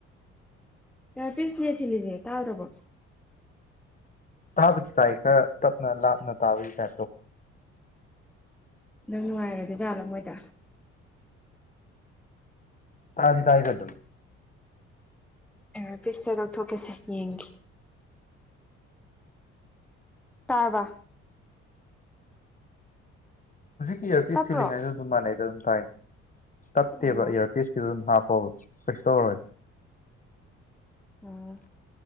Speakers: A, in the centre; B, on the left (about 25°).
A: ꯌꯥꯔ ꯄꯤꯁꯅꯦ ꯊꯤꯂꯤꯖꯦ ꯇꯗꯕꯣ
B: ꯇꯥꯕ ꯇꯏ ꯈꯔ ꯇꯞꯅ ꯇꯥꯕ ꯀ
A: ꯅꯪ ꯅꯨꯡꯉꯥꯏꯔ ꯑꯗꯨꯖꯥꯠꯂꯝ ꯃꯣꯏꯗ
B: ꯇꯥꯒꯤ ꯇꯥꯥꯏ ꯆꯠꯇꯨ
A: ꯑꯦꯔꯄꯤꯁꯁꯦ ꯂꯧꯊꯣꯛꯀꯦꯁꯦ ꯌꯦꯡꯒ ꯇꯥꯔꯕ
B: ꯍꯧꯖꯤꯛꯀꯤ ꯏꯌꯔꯄꯤꯁ
A: ꯇꯞꯄ꯭ꯔꯣ
B: ꯊꯤꯜꯂꯤꯉꯩꯗ ꯑꯗꯨꯝ ꯃꯥꯟꯅꯩꯗ ꯑꯗꯨꯝ ꯊꯥꯏꯅꯦ ꯇꯞꯇꯦꯕ
A: ꯑꯣ
B: ꯏꯌꯔꯄꯤꯁꯀꯤꯗ ꯑꯗꯨꯝ ꯍꯥꯞꯄ ꯍꯣ ꯀꯁ ꯇꯧ
A: ꯎꯝ